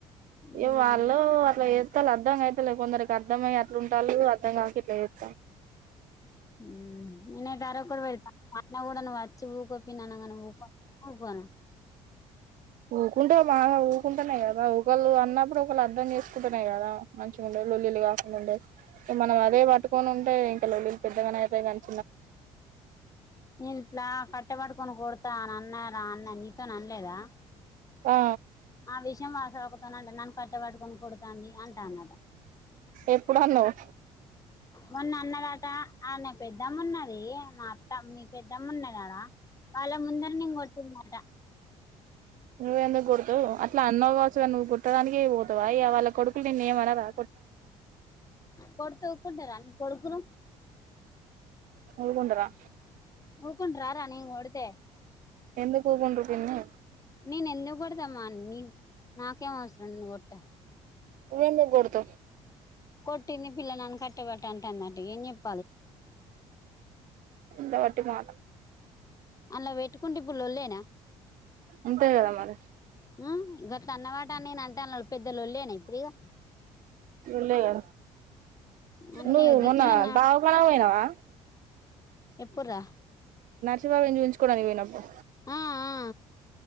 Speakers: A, on the right (about 55°); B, on the left (about 20°).
A: ఇగ
B: మ్మ్
A: వాళ్ళు అట్లా ేస్తా అర్ధం అయితలేదు కొందరికి అర్ధం అయి అట్లా ఉంటాళ్లు అర్థం కాక ఇట్లా చేత్త
B: ఉ ఈనే ధర ఒకటి నా కూడా వచ్చి ఊకో పిన్ని అనంగానే ఊకోనా ఊకోన
A: ఊకుంటవ్ మాగా ఊకుంటనే కదా ఒకళ్ళు అన్నప్పుడు ఒకళ్ళు అర్ధం చేసుకుంటనే కదా మంచిగా ఉండుల్లి లోల్లిలు కాకుండా ఉండుల్లి మనం అదే పట్టుకొని ఉంటే ఇంకా లో ల్లీలు పెద్దగానే అయితాయి కని
B: నేను ఇట్లా కట్ట వట్టుకొని కొడ్ నాన్న రా అన్న నీతో ని అనలేదా
A: ఆ
B: ఆ విషయం వాస అక్క తోనంటే నన్ను కట్ట వట్టుకుని కొడతాంది అంటాందీ అట
A: ఎప్పుడు అన్నవ్
B: మొన్న అన్నాదట ఆన్నే పెద్దమ్మున్నది మా అత్త మీ పెద్ద పెద్దమ్ముంది అడా వాళ్ళ ముందర నేను కొట్టిన్నిటా
A: నువ్వ ఎందుకు కొడతావ్ అన్నావ్ కావచ్చు కానీ నువ్వు కొట్టడానికి పోతావా వాళ్ళ కొడుకులు నిన్ను ఏం అనరా
B: కొట్టు ఉన్నారా అన్న కొడుకులు
A: మూడిందిరా
B: కుంట్రారా నేను కొడితే
A: ఎంత సేపు పండుకోయింది
B: నేను ఎందుకు కొడతామా నీ నాకేం అవసరం నేను కొట్టా
A: ఇవాళే జస్ట్
B: కొట్టింది పిల్లలను కట్టబట్ట అంటందంట ఏం చేప్
A: నోటి మాట
B: అలా వెట్టుకుంటే ముల్లు లేదా
A: ఉంటాయి కదా మరి
B: ఆ గట్ల అన్నవాట నేను అంటే అల్ల పెద్ద లొల్లేనా ఇప్పుడు ఇగ
A: ఉన్నావా
B: అన్నీ
A: నువ్వు
B: గిట్లనే
A: మొన్న
B: నా
A: దావకానా పోయినావా
B: ఎప్పురా
A: తువాలు ఎంచుకోవడానికి పోయినాములే
B: ఆ ఆ